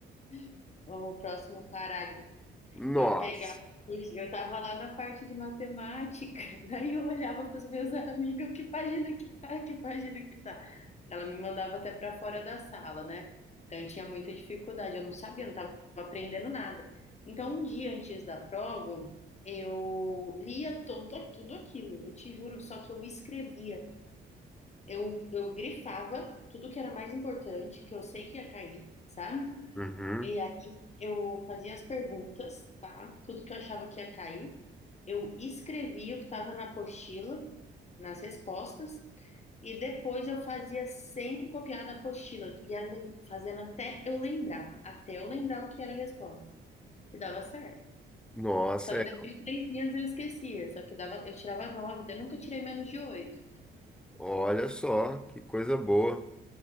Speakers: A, on the left; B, in the centre.
A: <laughs> o próximo parágrafo
B: nossa.
A: eu pegava eu estava lá na parte de matemática <laughs> daí eu olhava pros meus amigos que página que tá que página que tá ela me mandava até para fora da sala né então eu tinha muita dificuldade eu não sabia eu não estava aprendendo nada então um dia antes da prova eu lia todo tudo aquilo eu te juro só que eu escrevia eu eu grifava tudo que era mais importante que eu sei que ia cair sabe
B: Uhum.
A: e aí eu fazia as perguntas, tá? Tudo que eu achava que ia cair. Eu escrevia o que estava na apostila, nas respostas, e depois eu fazia sem copiar da apostila, ia lem- fazendo até eu lembrar, até eu lembrar o que era a resposta. E dava certo.
B: Nossa,
A: Só que
B: é.
A: depois de três dias eu esquecia, só que dava, eu tirava nove, daí eu nunca tirei menos de oito.
B: Olha só, que coisa boa.